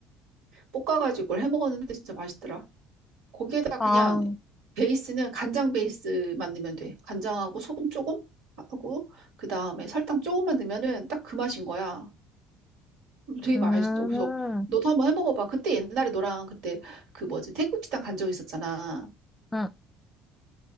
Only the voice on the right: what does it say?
볶아가지고 그걸 해 먹었는데 진짜 맛있더라. 거기에다
그냥 베이스는 간장 베이스만 넣으면 돼. 간장하고 소금 조금 하고 그 다음에 설탕 조금만 넣으면은 딱 그 맛인 거야. 되게
맛있어. 그래서 너도 한번 해 먹어봐. 그때 옛날에 너랑 그때 그 뭐지 태국 식당 간 적 있었잖아.